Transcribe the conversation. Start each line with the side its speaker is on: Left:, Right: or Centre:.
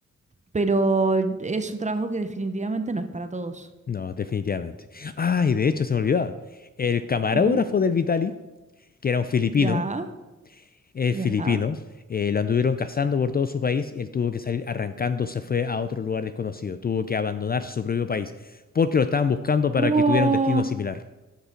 Right: Pero es un trabajo que definitivamente no es para todos.
Left: No, definitivamente. Ay, de hecho, se me olvidaba. El camarógrafo
Right: Ujú.
Left: del Vitali, que era un filipino,
Right: Ya,
Left: el
Right: ya.
Left: filipino, eh, lo anduvieron cazando por todo su país y él tuvo que salir arrancando, se fue a otro lugar desconocido, tuvo que abandonar su propio país porque lo estaban buscando para
Right: Wow.
Left: que tuviera un destino similar.